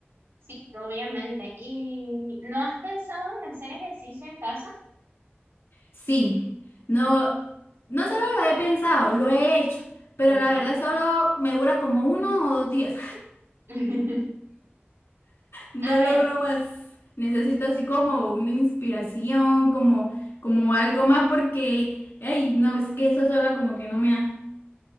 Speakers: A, on the right (about 80°); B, on the left (about 75°).
A: Sí, obviamente. ¿Y no has pensado en hacer ejercicio en casa?
B: Sí, no, no solo lo he pensado, lo he hecho, pero
A: Ok.
B: la verdad solo me dura como uno o dos días.
A: <laughs>
B: No
A: A ver,
B: logro más. Necesito así como una inspiración, como, como algo más, porque, ay, no, es que eso sola como que no me da.